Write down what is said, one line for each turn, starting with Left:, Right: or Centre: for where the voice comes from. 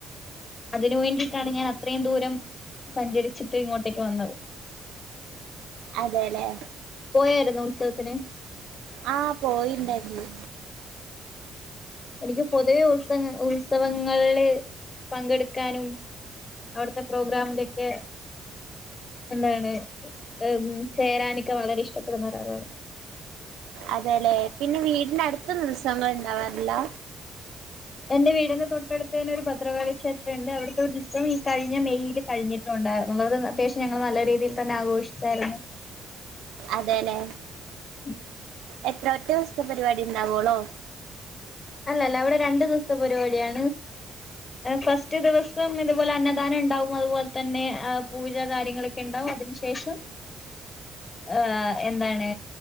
Left: അതിന് വേണ്ടിട്ടാണ് ഞാൻ അത്രയും ദൂരം സഞ്ചരിച്ചിട്ട് ഇങ്ങോട്ടേക്ക് വന്നത്.
Right: അതെല്ലേ
Left: പോയായിരുന്നു ഉത്സവത്തിന്
Right: ആഹ് പോയിണ്ടായിര്ന്നു
Left: എനിക്ക് പൊതുവെ ഉത്സ ഉത്സവങ്ങളില് പങ്കെടുക്കാനും അവിട്ത്തെ പ്രോഗ്രാമിലക്കെ എന്താണ് ഉം ചേരാനൊക്കെ വളരെ ഇഷ്ടപ്പെടുന്ന ഒരാളാണ്
Right: അതേലെ പിന്നെ വീടിന്റെ അടുത്തുന്നും ഉത്സവങ്ങൾ ഇണ്ടാവാറില്ലാ
Left: എന്റെ വീടിന്റെ തൊട്ടടുത്ത് തന്നെ ഒരു ഭദ്രകാളി ക്ഷേത്രം ഉണ്ട് അവിടുത്തെ ഉത്സവം കഴിഞ്ഞ മെയിൽ കഴിഞ്ഞിട്ടുണ്ടായിരുന്നുള്ളു അത് അത്യാവശ്യം ഞങ്ങൾ നല്ല രീതിയിൽ തന്നെ ആഘോഷിച്ചായിര്ന്നു
Right: അതേലെ
Left: <inaudible>
Right: എത്ര ഒറ്റ ദിവസത്ത പരിപാടി ഇണ്ടാവോളോ
Left: അല്ലല്ല അവിടെ രണ്ടു ദിവസത്തെ പരിപാടിയാണ് ഫസ്റ്റ് ദിവസം ഇതുപോലെ അന്നദാനം ഉണ്ടാവും അതുപോലെ തന്നെ പൂജ കാര്യങ്ങളൊക്കെ ഇണ്ടാവും അതിനു ശേഷം ആഹ് എന്താണ്